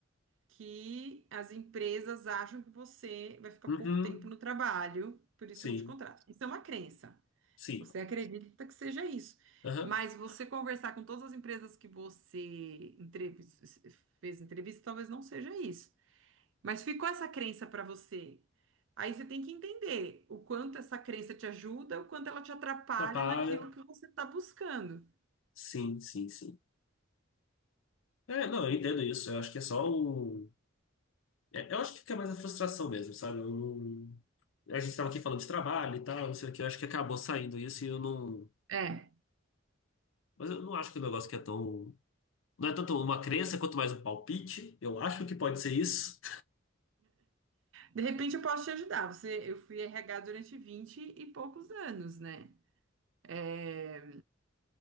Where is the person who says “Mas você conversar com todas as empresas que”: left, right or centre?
Right